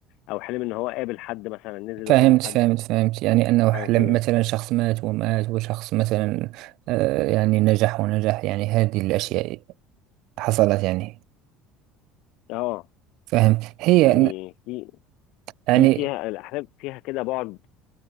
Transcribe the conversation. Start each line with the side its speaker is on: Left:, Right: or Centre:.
Left: او حلم ان هو قابل حد مثلا نزل
Right: فهمت
Left: وقابل
Right: فهمت
Left: حد
Right: فهمت يعني أنه حلم
Left: حاجه كده
Right: مثلا
Left: يعني.
Right: شخص مات ومات وشخص مثلا آه، يعني نجح ونجح يعني هذه الأشياء حصلت يعني
Left: اه
Right: فهمت هي
Left: يعني في
Right: يعني
Left: في فيها الاحلام فيها كده بعد